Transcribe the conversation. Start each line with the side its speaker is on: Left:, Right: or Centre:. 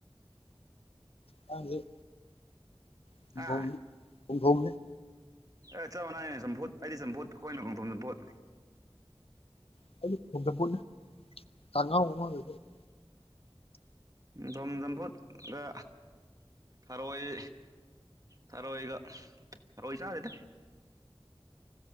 Left: ꯍꯂꯨ <unintelligible>
Right: ꯍꯥ ꯑꯦ ꯆꯞ ꯃꯥꯟꯅꯥꯏꯅꯦ ꯆꯝꯐꯨꯠ ꯑꯩꯗꯤ ꯆꯝꯐꯨꯠ ꯑꯩꯈꯣꯏꯅ ꯉꯣꯡꯊꯣꯝ ꯆꯝꯐꯨꯠ
Left: <unintelligible>
Right: ꯗꯣꯝ ꯆꯝꯕꯨꯠꯒ ꯊꯔꯣꯏ ꯊꯔꯣꯏꯒ ꯊꯔꯣꯏ ꯆꯥꯗꯦꯗ